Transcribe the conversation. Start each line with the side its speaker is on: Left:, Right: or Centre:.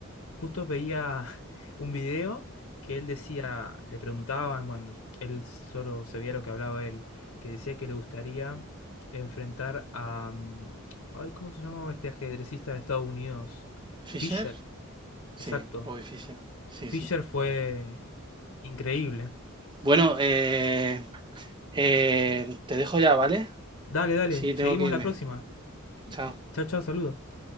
Left: justo veía <laughs> un video que él decía, le preguntaban, bueno, él solo se veía lo que hablaba él, que decía que le gustaría enfrentar a, mm, ay, ¿cómo se llamaba este ajedrecista de Estados Unidos?
Right: ¿Fisher?
Left: Fischer,
Right: Sí,
Left: exacto.
Right: Bobby Fischer, sí,
Left: Fischer
Right: sí.
Left: fue increíble.
Right: Bueno, eh, eh, te dejo ya, ¿vale?
Left: Dale, dale,
Right: Sí,
Left: seguimos
Right: tengo que irme.
Left: la próxima.
Right: Chao.
Left: Chao, chao, saludos.